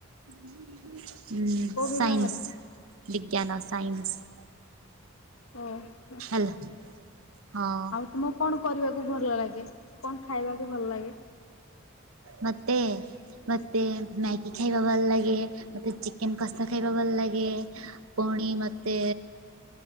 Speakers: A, on the right; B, on the left.
A: ଉଁ, ସାଇନ୍ସ।
B: କୋଉ ବିଭାଗରେ
A: ବିଜ୍ଞାନ-ସାଇନ୍ସ।
B: ହଁ <unintelligible>
A: ହେଲା। ହଁ।
B: ତୁମକୁ କଣ କରିବାକୁ ଭଲ ଲାଗେ, କଣ ଖାଇବାକୁ ଭଲ ଲାଗେ।
A: ମତେ -ମତେ ମ୍ୟାଗି ଖାଇବା ଭଲ ଲାଗେ, ମୋତେ ଚିକେନ କଷା ଖାଇବା ଭଲ ଲାଗେ, ପୁଣି ମତେ